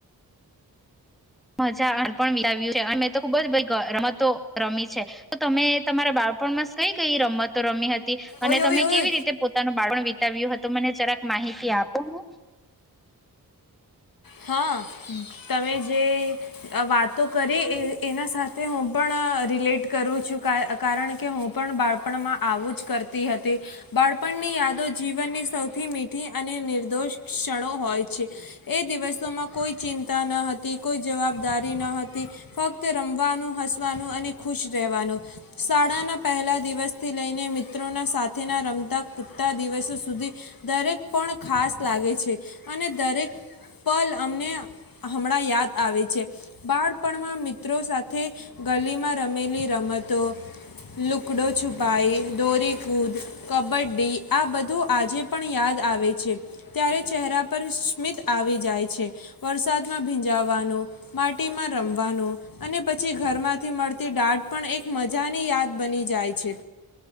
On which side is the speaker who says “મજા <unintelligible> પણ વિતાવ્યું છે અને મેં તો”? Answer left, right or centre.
Centre